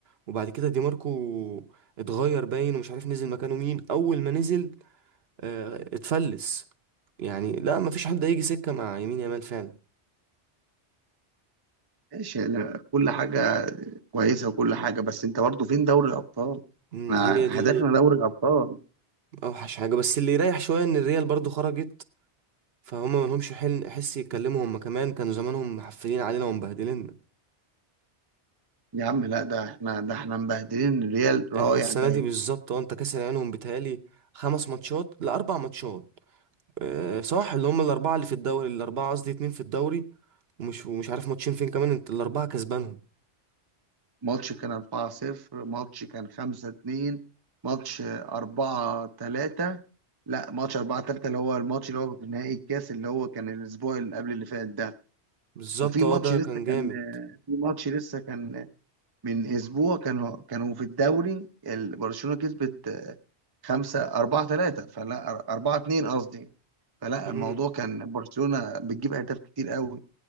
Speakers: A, on the right; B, on the right.
A: وبعد كده دي ماركو اتغير باين ومش عارف نزل مكانه مين اول ما نزل آه، اتفلس يعني لا مفيش حد هيجي سكة مع يمين يامال فعلا
B: ماشي أنا كل حاجة كويسة وكل حاجة بس أنت برضه فين دوري الأبطال؟
A: مم،
B: احنا
A: هي دي
B: هدفنا دوري الأبطال
A: اوحش حاجة بس اللي يريح شوية ان الريال برضو خرجت فهم ما لهمش حل حس يتكلموا هم كمان كانوا زمانهم محفلين علينا ومبهدلين
B: يا عم لا ده احنا ده احنا مبهدلين الريال رايح
A: احنا السنة
B: جاي
A: دي بالظبط اه انت كاسر عينهم بيتهيألي خمس ماتشات لأربع ماتشات اه صح اللي هم الأربعة اللي في الدوري الأربعة قصدي اتنين في الدوري ومش ومش عارف ماتشين فين كمان انت الأربعة كسبانهم
B: ماتش كان 4-0 ماتش كان 5-2 ماتش 4-3 لا ماتش 4-3 اللي هو الماتش اللي هو في نهائي الكاس اللي هو كان الأسبوع اللي قبل اللي فات ده
A: بالظبط
B: وفي
A: اه
B: ماتش
A: ده
B: لسه
A: كان جامد
B: كان في ماتش لسه كان من أسبوع كانوا كانوا في الدوري ال- برشلونة كسبت خمسة أربعة ثلاثة فلا أر- أربعة اتنين قصدي فلا
A: مم.
B: الموضوع كان برشلونة بتجيب أهداف كتير قوي